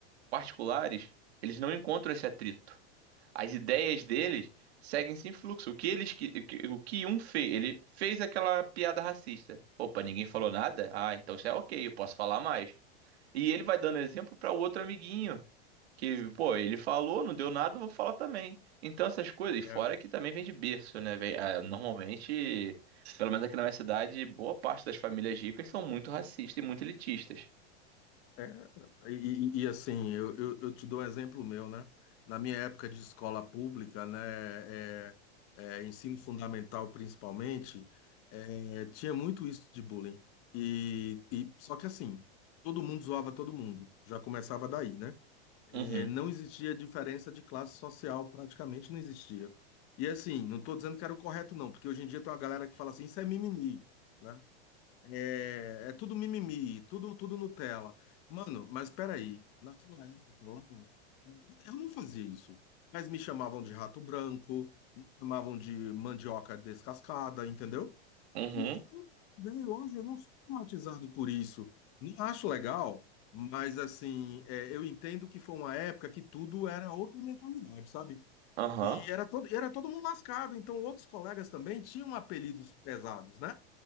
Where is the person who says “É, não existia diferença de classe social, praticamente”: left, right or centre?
Left